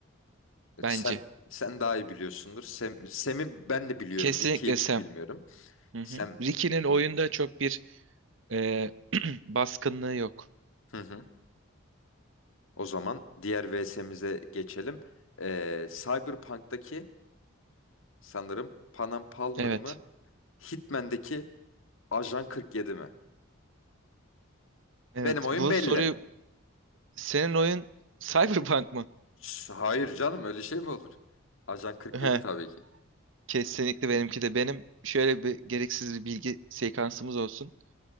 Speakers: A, on the right (about 70°); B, on the left (about 75°).
A: bence.
B: Sen sen daha iyi biliyorsundur. Sem, Sem'i ben de biliyorum.
A: Kesinlikle
B: Ricky'yi
A: Sam.
B: bilmiyorum.
A: Hı
B: Sem
A: hı. Ricky'nin oyunda
B: iyi.
A: çok bir e, <clears throat> baskınlığı yok.
B: Hı hı. O zaman diğer VS'mize geçelim. Ee, Cyberpunk'taki sanırım Panam Palmer
A: Evet.
B: mı? Hitman'daki Ajan 47 mi?
A: Evet.
B: Benim oyun
A: Bu
B: belli.
A: soruyu senin oyun Cyberpunk mı?
B: Ş- Hayır canım öyle şey mi olur? Ajan 47
A: <laughs> Heh,
B: tabii ki.
A: kesinlikle benimki de. Benim şöyle bir gereksiz bir bilgi sekansımız olsun.